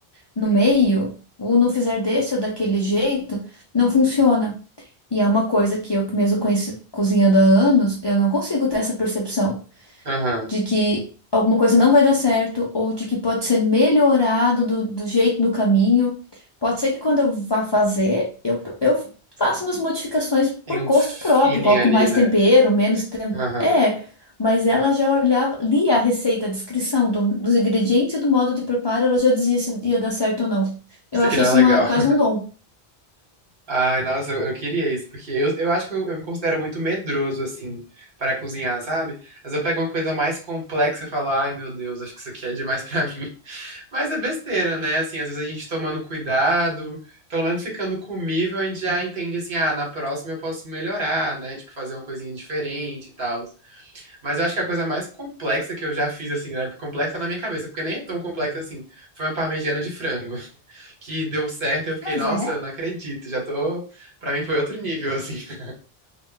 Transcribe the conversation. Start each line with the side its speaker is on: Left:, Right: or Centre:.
Left: no meio, ou não fizer desse ou daquele jeito, não funciona. E é uma coisa que eu, que mesmo conheci- cozinhando há anos, eu não consigo ter essa percepção
Right: Aham.
Left: de que alguma coisa não vai dar certo ou de que pode ser melhorado do, do jeito do caminho. Pode ser que quando eu vá fazer, eu, eu faço umas modificações
Right: Tem
Left: por
Right: um
Left: gosto
Right: feeling
Left: próprio, coloco
Right: ali,
Left: mais
Right: né?
Left: tempero, menos tempero.
Right: Aham.
Left: É, mas ela já olhava, lia a receita, a descrição do- dos ingredientes e do modo de preparo, ela já dizia se ia dar certo ou não. Eu
Right: Isso
Left: achei
Right: aqui não
Left: isso
Right: é legal.
Left: uma, quase
Right: <laughs>
Left: um dom.
Right: Ai, nossa, eu, eu queria isso, porque eu, eu acho que eu, eu me considero muito medroso, assim, para cozinhar, sabe? Mas eu pego uma coisa mais complexa e falo, ai, meu Deus, acho que isso aqui é demais <laughs> pra mim. Mas é besteira, né? Assim, às vezes a gente tomando cuidado, pelo menos ficando comível, a gente já entende, assim, ah, na próxima eu posso melhorar, né? Tipo, fazer uma coisinha diferente e tal. Mas eu acho que a coisa mais complexa que eu já fiz, assim, né? Complexa na minha cabeça, porque nem é tão complexa assim. Foi uma parmegiana de frango, <laughs> que deu certo e eu fiquei,
Left: Mas
Right: nossa,
Left: é.
Right: eu não acredito, já tô. Pra mim foi outro nível, assim. <laughs>